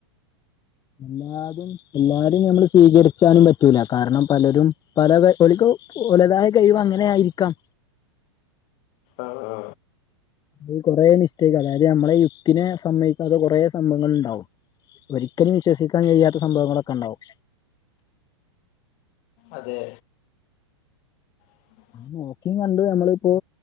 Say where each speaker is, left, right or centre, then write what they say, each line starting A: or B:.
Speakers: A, on the left; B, on the left.
A: എല്ലാതും എല്ലാരും നമ്മൾ സ്വീകരിച്ചാനും പറ്റ റ്റൂല കാരണം പലരും പലക്ക ഓൽക്കും ഒലുതായ കഴിവ് അങ്ങനെ ആയിരിക്കാം
B: ആഹ ആഹ്
A: ഈ കുറെ മിസ്റ്റേക്ക് അതായത് നമ്മളെ യുത്തിനെ സമ്മയിക്കത്ത കുറെ സംഭവങ്ങൾ ഇണ്ടാവും ഒരിക്കലും വിശ്വസിക്കാൻ കഴിയാത്ത സംഭവങ്ങളൊക്കെണ്ടാവും
B: അതെ ഉം
A: നോക്കിയും കണ്ടും നമ്മളിപ്പോ